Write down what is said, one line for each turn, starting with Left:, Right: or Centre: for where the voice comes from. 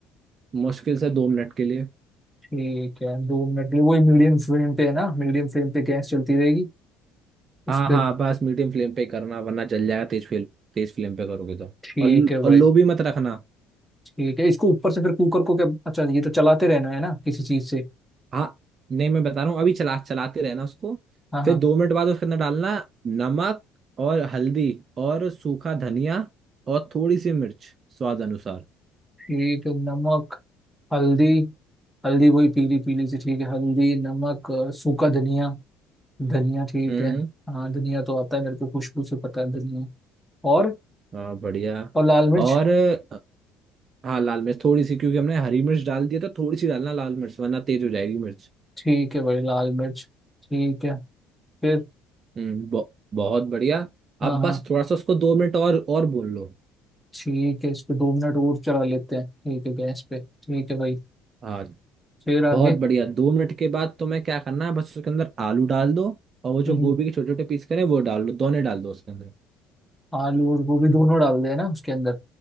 Right: मुश्किल से दो मिनट के लिए
Centre: ठीक है दो मिनट के लिए वही मीडियम फ्लेम पे है ना मीडियम फ्लेम पे गैस चलती रहेगी उस
Right: हाँ
Centre: पे
Right: हाँ बस मीडियम फ्लेम पे करना वरना जल जाएगा तेज फ्लेम तेज फ्लेम पे करोगे तो
Centre: ठीक
Right: और
Centre: है
Right: और
Centre: भाई
Right: लो भी मत रखना
Centre: ठीक है इसको ऊपर से फिर कुकर को क्या अच्छा ये तो चलाते रहना है ना किसी चीज से
Right: हाँ नहीं मैं बता रहा हूँ अभी चला चलाते रहना उसको
Centre: हाँ हाँ
Right: फिर दो मिनट बाद उसके अंदर डालना नमक और हल्दी और सूखा धनिया और थोड़ी सी मिर्च स्वाद अनुसार
Centre: ठीक है नमक हल्दी हल्दी वही पीली पीली सी ठीक है हल्दी नमक अ, सूखा धनिया धनिया ठीक
Right: हम्म
Centre: है हाँ धनिया तो आता है मेरे को खुशबू से पता है धनिया और
Right: हाँ बढ़िया
Centre: और लाल मिर्च
Right: और अ, हाँ लाल मिर्च थोड़ी सी क्योंकि हमने हरी मिर्च डाल दिया था थोड़ी सी डालना लाल मिर्च वरना तेज हो जाएगी मिर्च
Centre: ठीक है भाई लाल मिर्च ठीक है फिर
Right: हम्म बहु- बहुत बढ़िया
Centre: हाँ
Right: अब बस
Centre: हाँ
Right: थोड़ा सा उसको दो मिनट और और भून लो
Centre: ठीक है इसको दो मिनट और चला लेते हैं ठीक है गैस पे ठीक है भाई
Right: हाँ
Centre: फिर आगे
Right: बहुत बढ़िया दो मिनट के बाद तुम्हें क्या करना है बस उसके अंदर आलू डाल दो और वो जो
Centre: हम्म,
Right: गोभी के छोटे छोटे पीस करें वो डाल दो दोनों डाल दो उसके अंदर
Centre: आलू और गोभी दोनों डाल देना उसके अंदर